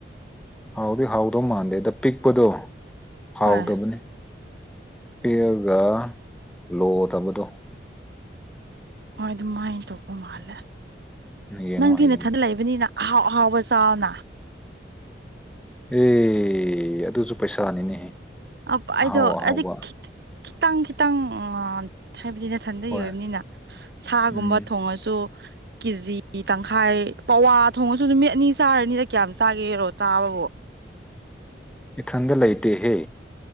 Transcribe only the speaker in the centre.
ꯍꯥꯎꯗꯤ ꯍꯥꯎꯗꯧ ꯃꯥꯟꯗꯦ ꯑꯗ ꯄꯤꯛꯄꯗꯣ ꯍꯥꯎꯗꯕꯅꯤ
ꯄꯤꯑꯒ ꯂꯣꯗꯕꯗꯣ
ꯌꯦꯡꯉꯣ
ꯍꯌꯦꯡ
ꯑꯦ ꯑꯗꯨꯁꯨ ꯄꯩꯁꯥꯅꯤꯅꯦꯍꯦ
ꯑꯍꯥꯎ
ꯑꯍꯥꯎꯕ
ꯍꯣꯏ
ꯎꯝ
ꯏꯊꯟꯗ ꯂꯩꯇꯍꯦ